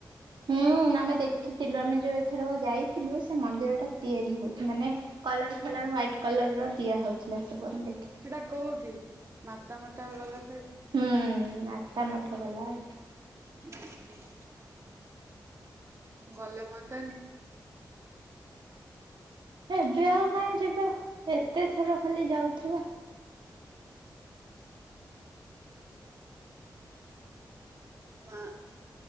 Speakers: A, on the right; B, on the right.
A: ହୁଁ ଆମେ ଦେଖିଥିଲୁ ଆମେ ଯୋଉ ଏଇଥରକ ଯାଇଥିଲୁ ସେ ମନ୍ଦିର ଟା ତିଆରି ହଉ ମାନେ କଲର ଫଲର ହ୍ଵାଇଟ୍ କଲର ର ଦିଆ ହଉଥିଲା ସବୁ ଆମେ ଦେଖିଥିଲୁ।
B: ସେଇଟା କୋଉଠି ମାତା ମଠ ଗଲା ସାଇଟ୍
A: ହୁ ମାତା ମଠ ଗଲା ବେଳେ।
B: ଉଁ ହୁଁ। ଗଲେ ହୁଅନ୍ତାନି?
A: ଏବେ ଆଉ କାଇଁ ଯିବା ଏତେ ଥର ଖାଲି ଯାଉଥିବା।
B: ମା